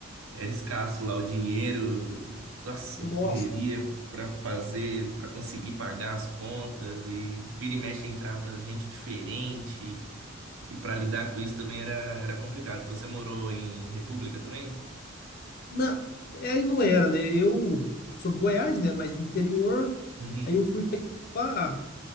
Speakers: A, on the right; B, on the left.
A: era escasso lá o dinheiro. Nossa,
B: Nossa,
A: a correria pra fazer, pra conseguir pagar as contas. E vira e mexe entrava gente diferente. E pra lidar com isso também era, era complicado. Você morou em república também?
B: não, é, aí não era, né? Eu sou do Goiás, né? Mas do interior,
A: Uhum.
B: aí eu fui para